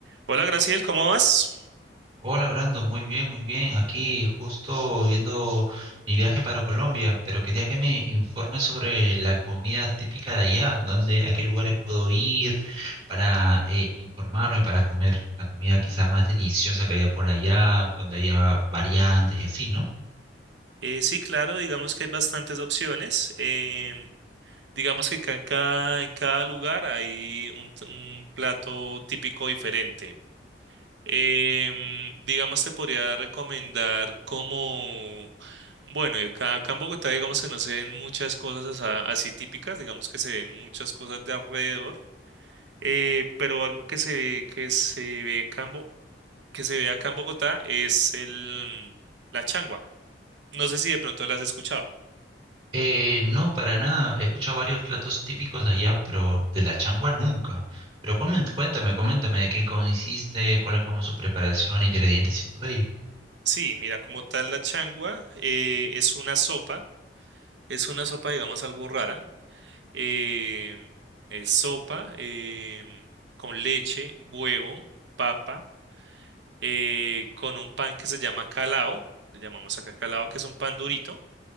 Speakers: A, on the right; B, on the right.
A: Hola Graciel, ¿cómo vas?
B: Hola Brando, muy bien, muy bien. Aquí justo viendo mi viaje para Colombia, pero quería que me informes sobre la comida típica de allá, dónde, a qué lugares puedo ir para eh, informarme, para comer la comida quizá más deliciosa que haya por allá, donde haya variantes y así, ¿no?
A: Eh, sí, claro, digamos que hay bastantes opciones. em, digamos que ca- cada- en cada lugar hay un, t- un plato típico diferente. Em, digamos, te podría recomendar como, bueno, y acá, acá en Bogotá digamos que no se ven muchas cosas asa- así típicas, digamos que se ven muchas cosas de alrededor, eh, pero algo que se ve, que se ve acá en Bo- que se ve acá en Bogotá es el, la changua. No sé si de pronto la has escuchado.
B: Eh, no, para nada. He escuchado varios platos típicos de allá, pero de la changua nunca. Pero comen- cuéntame, coméntame de qué consiste, cuál es como su preparación, ingredientes y todo ello.
A: Sí, mira, como tal la changua eh, es una sopa, es una sopa, digamos, algo rara. eh, es sopa em, con leche, huevo, papa, eh, con un pan que se llama calao, le llamamos acá calao, que es un pan durito.